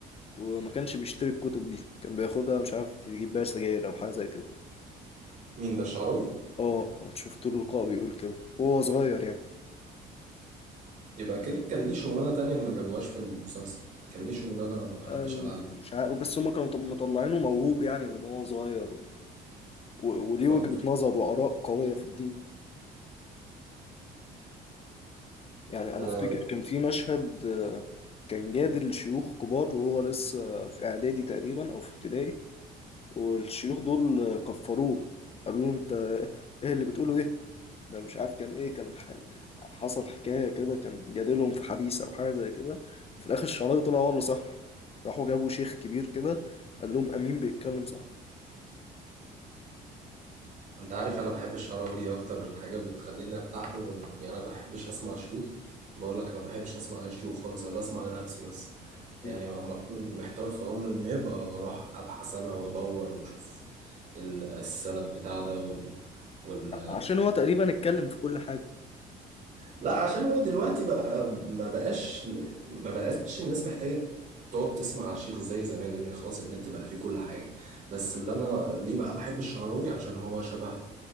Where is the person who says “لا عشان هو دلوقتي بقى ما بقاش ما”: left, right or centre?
Right